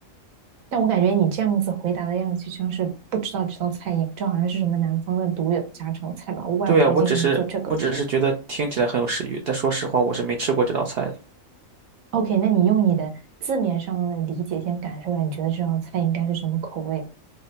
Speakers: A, on the right; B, on the right.
A: 但我感觉你这样子回答的样子，就像是不知道这道菜一样，这好像是什么南方的独有的家常菜吧？我外婆经常做这个。
B: 对啊，我只是我只是觉得听起来很有食欲，但说实话我是没吃过这道菜的，
A: OK，那你用你的字面上的理解先感受一下，你觉得这道菜应该是什么口味？